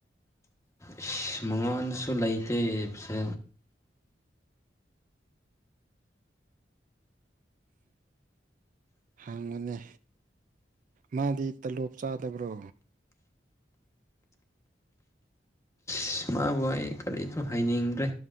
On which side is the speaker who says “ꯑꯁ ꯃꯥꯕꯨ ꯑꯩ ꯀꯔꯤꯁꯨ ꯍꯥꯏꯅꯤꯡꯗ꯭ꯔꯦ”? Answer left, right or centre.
Left